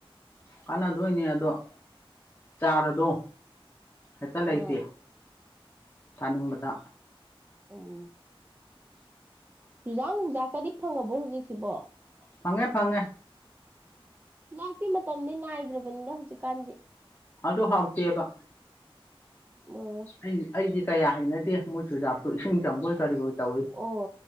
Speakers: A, on the left; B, on the right.
A: ꯀꯥꯟꯅꯗꯣꯏꯅꯦ ꯑꯗꯣ ꯆꯥꯔꯗꯣ ꯍꯦꯛꯇ
B: ꯑꯥ
A: ꯂꯩꯇꯦ ꯊꯥꯅꯤꯡꯕꯗ
B: <inaudible> ꯆꯨꯖꯥꯛ ꯅꯨꯡꯖꯥꯛꯀꯗꯤ ꯐꯪꯉꯕꯣ ꯍꯧꯖꯤꯛꯁꯤꯕꯣ
A: ꯐꯪꯉꯦ ꯐꯪꯉꯦ
B: ꯍꯤꯅꯥꯥꯛꯇꯤ ꯃꯇꯝꯗꯤ ꯅꯥꯏꯗ꯭ꯔꯕꯅꯤꯅ ꯍꯧꯖꯤꯛꯀꯥꯟꯗꯤ
A: ꯑꯗꯨ ꯍꯥꯎꯇꯦꯕ
B: ꯑꯣ
A: ꯑꯩ ꯑꯩꯗꯤ ꯀꯌꯥ ꯍꯩꯅꯗꯦ ꯃꯣꯏ ꯆꯨꯖꯥꯛꯇ ꯏꯁꯤꯡ ꯆꯪꯕꯣꯏ ꯀꯔꯤꯕꯣꯏ ꯇꯧꯏꯤ
B: ꯑꯣ